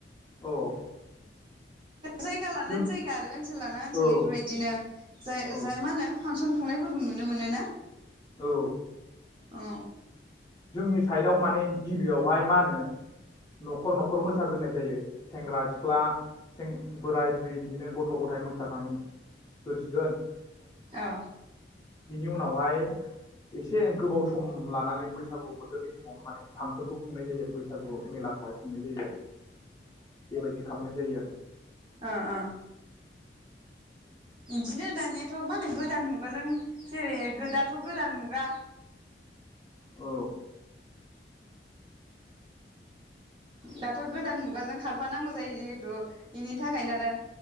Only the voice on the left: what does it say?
औ अ
जों
औ
औ
औ
जोंनि साइडआव माने गिबियावहाय मा होनो नखर नखर मोसाग्रोननाय जायो सेंग्रा- सिख्ला सें बोराय- बुरि बिदिनो गथ' गथाय मोसाखां <unintelligible>
बिनि उनावहाय एसे गोबाव सम लानानै बैसागु बो थोरनि समावनो माने फांसनखौ खुंनाय जायो आरो बैसागु मेलाखौहाय खुंनाय जायो आरो। बेबायदि खालामनाय जायो आरो।
औ